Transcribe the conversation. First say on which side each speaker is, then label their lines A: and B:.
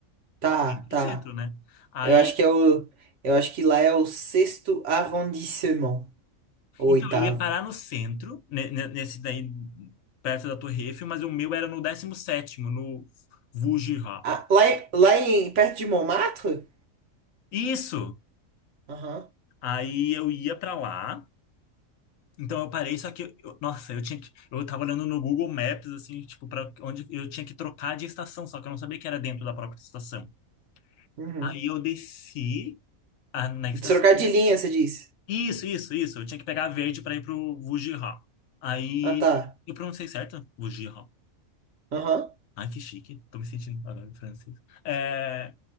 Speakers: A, on the right; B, on the left.
A: Tá,
B: no
A: tá.
B: centro, né? Aí,
A: Eu acho que é o. Eu acho que lá é o sexto arrondissement. Ou
B: então,
A: oitavo.
B: eu ia parar no centro, ne- ne- nesse daí, perto da Torre Eiffel, mas o meu era no décimo sétimo no Vujira.
A: Ah, lá, em- lá em, perto de Montmartre?
B: Isso!
A: Aham.
B: Aí eu ia pra lá, Então eu parei, só que, eu- nossa, eu tinha que, eu tava olhando no Google Maps, assim, tipo, para onde eu tinha que trocar de estação, só que eu não sabia que era dentro da própria estação.
A: Uhum.
B: Aí eu desci a, na estação.
A: Trocadilhinha, você disse.
B: Isso, isso, isso. Eu tinha que pegar a verde para ir pro Wujiha. Aí
A: Ah, tá.
B: eu pronunciei certo? Wujiha.
A: Aham.
B: Ai, que chique. Tô me sentindo agora francês. É,